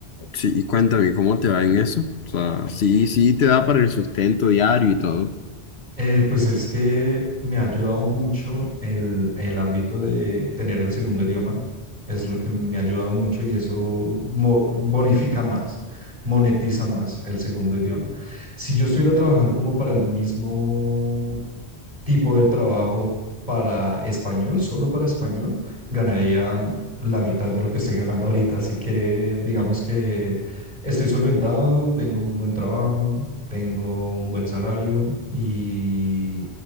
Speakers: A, on the left (about 70°); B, on the right (about 40°).
A: sí, y cuéntame, ¿cómo te va en eso? O sea, sí, sí, te da para el sustento diario y todo.
B: Eh, pues es que me ha ayudado mucho el, el ámbito de tener el segundo idioma. Es lo que me ha ayudado mucho y eso mo- bonifica más, monetiza más el segundo idioma. Si yo estuviera trabajando como para el mismo tipo de trabajo para español, solo para español, ganaría la mitad de lo que estoy ganando ahorita. Así que digamos que estoy solventado, tengo un buen trabajo, tengo un buen salario y,